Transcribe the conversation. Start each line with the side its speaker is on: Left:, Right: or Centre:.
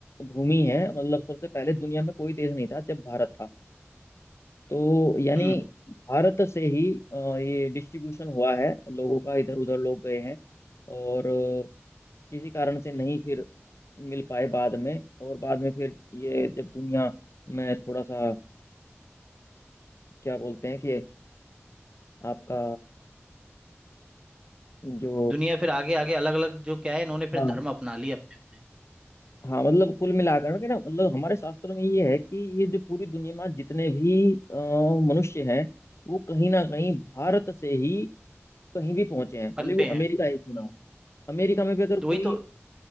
Left: भूमि है मतलब सबसे पहले दुनिया में कोई देश नहीं था जब भारत था तो यानी
Right: हम्म
Left: भारत से ही अ, ये डिस्ट्रीब्यूशन हुआ है लोगों का इधर उधर लोग गए हैं और अ, किसी कारण से नहीं फिर मिल पाए बाद में और बाद में फिर ये जब दुनिया में थोड़ा सा अ, क्या बोलते हैं कि आपका जो
Right: दुनिया फिर आगे आगे अलग अलग जो क्या है इन्होंने
Left: हाँ
Right: फिर धर्म अपना लिए अपने अपने
Left: हाँ मतलब कुल मिलाकर के ना मतलब हमारे शास्त्रों में ये है कि ये जो पूरी दुनिया में जितने भी अ, मनुष्य हैं वो कहीं ना कहीं भारत से ही कहीं भी पहुंचे हैं
Right: पन
Left: भले वो
Right: पे हैं
Left: अमेरिका
Right: हम्म
Left: ही क्यों ना हो अमेरिका में भी अगर कोई
Right: तो वही तो